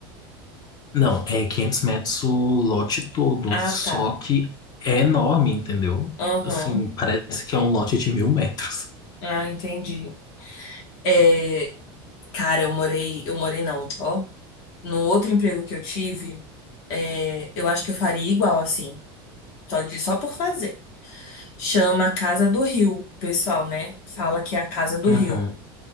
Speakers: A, on the left (about 35°); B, on the left (about 60°).
A: Não, é 500 metros o lote todo, só
B: Ah, tá.
A: que é enorme, entendeu?
B: Aham.
A: Assim, parece que é um lote de mil metros.
B: Ah, entendi. É, cara, eu morei, eu morei não, ó. Num outro emprego que eu tive, é, eu acho que eu faria igual assim, só de, só por fazer. Chama Casa do Rio, o pessoal, né? Fala que é a Casa do
A: Uhum.
B: Rio.